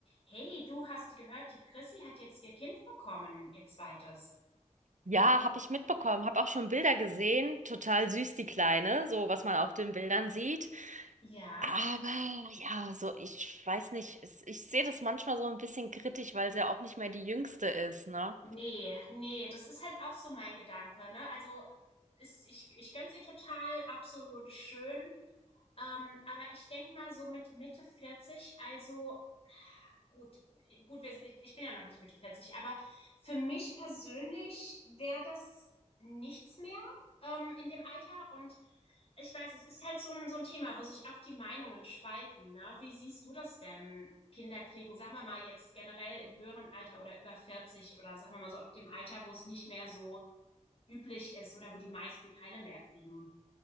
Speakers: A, on the left; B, on the right.
A: Hey, du hast gehört, die Chrissy hat jetzt ihr Kind bekommen, ihr zweites.
B: Ja, habe ich mitbekommen, habe auch schon Bilder gesehen. Total süß, die Kleine, so was man auf den Bildern sieht.
A: Ja,
B: Aber ja, so ich weiß nicht, es- ich sehe das manchmal so ein bisschen kritisch, weil sie ja auch nicht mehr die Jüngste ist, ne?
A: nee, nee, das ist halt auch so mein Gedanke, ne? Also, ist, ich, ich gönn's ihr total, absolut schön. Ähm, aber ich denk mal so mit Mitte 40, also gut, gut, wir, ich bin ja noch nicht Mitte vierzig. aber für mich persönlich wäre das nichts mehr ähm, in dem Alter und Ich weiß, es ist halt so ein, so ein Thema, wo sich auch die Meinungen spalten. Ne? Wie siehst du das denn, Kinder kriegen? Sagen wir mal jetzt generell im höheren Alter oder über 40 oder sagen wir mal so ab dem Alter, wo es nicht mehr so üblich ist oder wo die meisten keine mehr kriegen.